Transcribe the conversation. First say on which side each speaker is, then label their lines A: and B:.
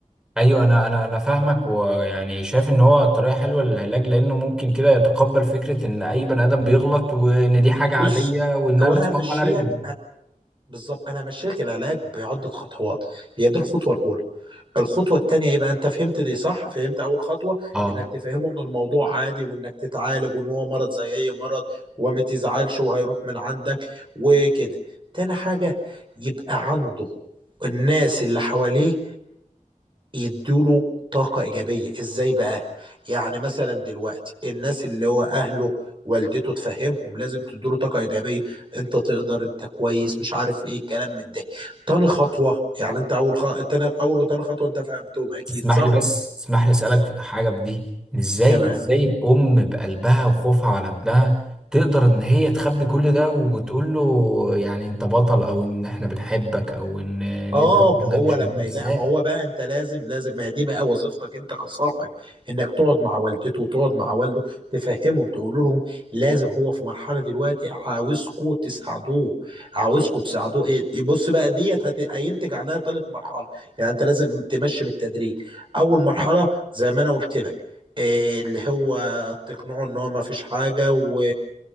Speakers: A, in the centre; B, on the right.
A: ايوه انا انا انا فاهمك ويعني شايف ان هو طريقه حلوه للعلاج لانه ممكن كده يتقبل فكره ان اي بني ادم بيغلط وان دي حاجه عاديه
B: بص
A: وان
B: هو
A: انا
B: انا
A: لازم
B: همشي
A: اقوم على رجلي
B: لك بالظبط انا همشيلك العلاج بعده خطوات هي دي الخطوه الاولى الخطوه التانيه يبقى انت فهمت دي صح فهمت اول خطوه
A: اه
B: انك تفهمه ان الموضوع عادي وانك تتعالج وان هو مرض زي اي مرض وما تزعلش وهيروح من عندك وكده تاني حاجه يبقى عنده الناس اللي حواليه يدوله طاقة إيجابية إزاي بقى؟ يعني مثلا دلوقتي الناس اللي هو أهله والدته تفهمهم لازم تدوله طاقة إيجابية أنت تقدر أنت كويس مش عارف إيه الكلام من ده تاني خطوة يعني أنت أول خ... تاني... أول وتاني خطوة أنت فهمتهم أكيد
A: تسمح
B: صح؟
A: لي بس تسمح لي اسالك في حاجه في دي ازاي
B: تمام
A: ازاي الام بقلبها وخوفها على ابنها تقدر ان هي تخبي كل ده وتقول له يعني انت بطل او ان احنا بنحبك او ان اللي
B: اه
A: انت عملته
B: ما هو
A: ده مش
B: لما
A: مهم
B: يلاقي
A: ازاي
B: ما هو بقى انت لازم لازم ما هي دي بقى وظيفتك انت كصاحب انك تقعد مع والدته وتقعد مع والده تفهمهم تقول لهم لازم هو في مرحله دلوقتي عاوزكوا تساعدوه عاوزكوا تساعدوه ايه إيه، بص بقى ديت هت- هينتج عليها ثالث مرحله يعني انت لازم تمشي بالتدريج اول مرحله زي ما انا قلت لك إيه اللي هو تقنعه ان هو ما فيش حاجه و